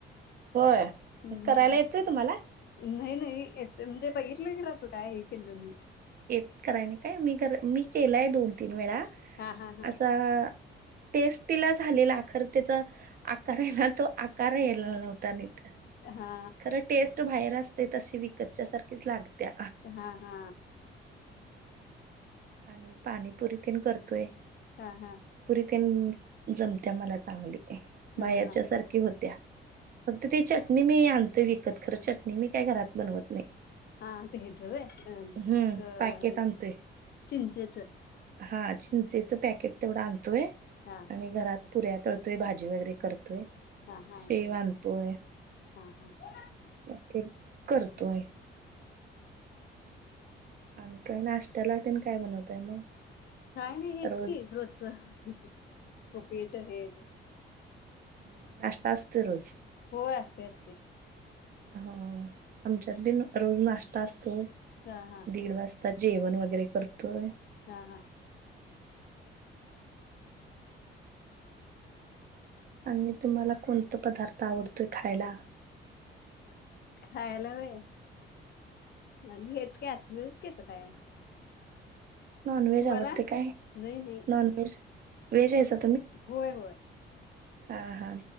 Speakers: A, on the right (about 50°); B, on the left (about 55°).
A: होयस
B: हम्म
A: करायला येतोय तुम्हाला
B: नाही म्हणजे बघितलं के असं काय हे केल्लो
A: येत कराय नाही काय मी मी केलाय दोन तीन वेळा
B: हा हा हा
A: असा टेस्टिला झालेला अखर त्याचा आकार आहे ना तो आकार येलेला नव्हता नित
B: हा
A: खरं टेस्ट बाहेर अस तशी विकतच्या सारखीच लागत्या
B: हा हा हा
A: आणि पाणीपुरी तेण करतोय
B: हा हा
A: ते जमत्या मला चांगली
B: हा
A: बाहेरच्या
B: हा
A: सारखी होत्या फक्त ती चटणी मी आण त विकत खरं चटणी मी काय घरात बनवत नाही
B: हा ते हेजव आहे अ
A: हम्म
B: अ
A: पॅकेट आणतोय
B: चिंचिच च
A: हा चिंचेचं पॅकेट तेवढं आणत
B: हा
A: आणि घरात पुऱ्या तळतोय भाजी वगैरे करतोय
B: हा हा
A: श वानतोय
B: हा हा
A: मे करतोय आणि काय नाष्ट्याला तेन काय बनवताय मग
B: काय नाही हेच
A: रोज
B: की रोजच उपीट हे
A: ह नाश्ता असतोय रोज
B: हो असते असते
A: हो आमच्यात बी रोज नाश्ता असतोय
B: हा हा
A: दीड वाजता जेवण वगैरे करतोय
B: ह ह
A: आणि तुम्हाला कोणता पदार्थ आवडतोय खायला
B: खायला व्हय आणि हेच कि काय असलंच घेत काय
A: नॉनव्हेज
B: तुम्हाला
A: आवडते
B: नाही
A: काय
B: नाही
A: नॉन व्हेज वेज हैसा
B: होय होय
A: हा हा